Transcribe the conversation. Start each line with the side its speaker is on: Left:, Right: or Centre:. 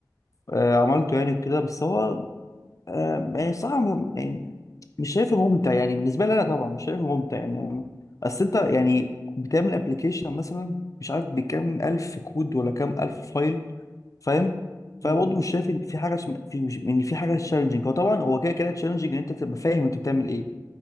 Left: آه، عملته يعني كده بس هو آه، يعني صراحة م- يعني مش شايفه ممتع يعني بالنسبة لي أنا طبعا مش شايفه ممتع يعني أصل أنت يعني بتعمل ابلكيشن مثلا مش عارف بكام ألف كود ولا كام ألف فايل فاهم فبرضه
Right: م- م-
Left: مش
Right: م.
Left: شايف إن في حاجة اسم- في إن في حاجة تشالنجينج هو طبعا هو كده كده تشالنجينج إن أنت تبقى فاهم أنت بتعمل إيه